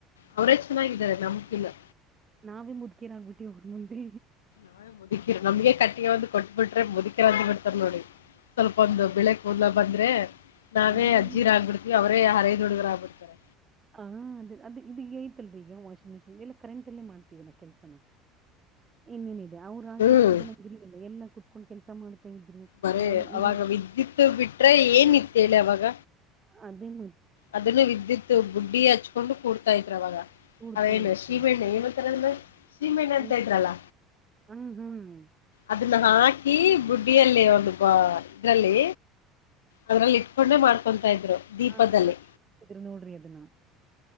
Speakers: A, on the left (about 70°); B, on the right (about 25°).
A: ಅವರೇ ಚೆನ್ನಾಗಿದ್ದಾರೆ ನಮಕಿನ
B: ನಾವೇ ಮುದ್ಕೇರಾಗಗ್ಬಿಟ್ಟಿ ಅವ್ರ ಮುಂದೆ
A: ನಾವೇ ಮುದುಕಿರು ನಮ್ಗೆ ಕಟ್ಟಿಗೆ ಒಂದು ಕೊಟ್ಬಿಟ್ರೆ ಮುದುಕಿರ ಅಂತ ಬಿಡ್ತಾರ ನೋಡಿ ಸ್ವಲ್ಪ ಒಂದು ಬೆಳೆ ಲ್ಲ ಬಂದ್ರೆ ನಾವೇ
B: ಹ ಹ
A: ಅಜ್ಜಿರ ಆಗ್ಬಿಡ್ತೀವಿ ಅವರೇ ಹರೈದ್ ಹುಡುಗರ ಆಗ್ಬಿಡತಾರೆ
B: ಹ ಅದ ಅದು ಇದಗ ಐತಲ್ರಿ ಈಗಾ ಮಿಷಿನ್ ಎಲ್ಲ ಕರೆಂ ಅಲ್ಲೇ ಮಾಡ್ತೀವಿ ನಾ ಕೆಲ್ಸನ ಇನ್ನೇನಿದೆ ಅವರು ಆಗಿನ್
A: ಹ್ಮ್
B: ಕಾಲದ ನಮ ಇರ್ಲ್ಲ ಎಲ್ಲ ಕುೂತ್ಕೊಂಡ್ ಕೆಲ್ಸ ಮಾಡ್ತಾ ಇದ್ರು
A: ಬರೇ
B: ಮೊದ್ಲು ಈಗ
A: ಅವಾಗ ವಿದ್ಯುತ್ ಬಿಟ್ರೆ ಏನಿತ್ತೇಳಿ ಅವಾಗ
B: ಅದೇ ಮ
A: ಅದನ್ನು ವಿದ್ಯುತ್ ಗುಡ್ಡಿ ಹಚ್ಕೊಂಡು ಕೂಡ್ತಾ ಇದ್ರ್ ಅವಾಗ
B: ಕೂಡ್ತಾ
A: ಅವೇನು
B: ಇದ್ರ
A: ಶ್ರೀಮೆಣ್ಣ ಏಮತ್ತಾರ ಅ ಶ್ರೀಮೆಣ್ಣ
B: ಹ್ಮ್
A: ಅಂತ ಇದ್ರಲ್ಲ
B: ಹ್ಮ್ ಹ್ಮ್
A: ಅದನ್ನ ಹಾಕಿ ಬುಡ್ಡಿಯಲ್ಲಿ ಒಂದು ಬ ಇದ್ರಲ್ಲಿ ಅದ್ರಲ್ಲಿ ಇಟ್ಕೊಂಡೆ ಮಾಡ್ಕೊತ ಇದ್ರು ದೀಪದಲ್ಲಿ
B: ಹಾ ಲಾಟಾ <inaudible> ದರು ನೋಡ್ರಿ ಅದನ್ನಾ